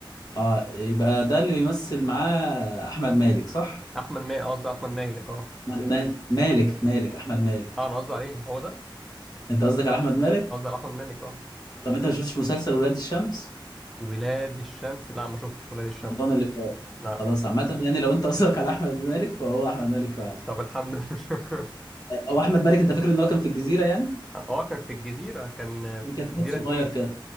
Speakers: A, on the left; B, in the centre.
A: اه يبقى ده اللي بيمثل معاه أحمد مالك صح؟
B: احمد مالك قصدي احمد مالك اه
A: أحمد ما- مالك مالك أحمد مالك
B: اه انا قصدي عليه هو ده
A: انت قصدك على احمد مالك
B: قصدي على احمد مالك اه
A: طب انت ما شفتش مسلسل ولاد الشمس
B: ولاد الشمس لا ما شفتش ولاد الشمس
A: رمضان اللي فات
B: لا
A: خلاص عامة يعني لو انت قصدك على احمد مالك فهو احمد مالك فعلا
B: طب الحمد لله
A: آه، هو احمد مالك انت فاكر ان هو كان في الجزيرة يعني
B: <laughs> اه كان في الجزيره كان
A: كان كتكوت
B: في الجزيره
A: صغير
B: اتنين
A: كده